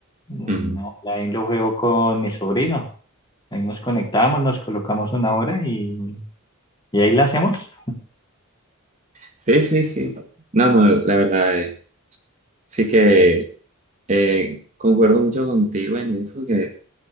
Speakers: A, on the left; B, on the right.
A: Mm,
B: Ujú.
A: Online lo juego con mi sobrino. Ahí nos conectamos, nos colocamos una hora y, y ahí la hacemos.
B: Sí, sí, sí. No, no, la verdad, eh, sí que eh, concuerdo mucho contigo en eso que,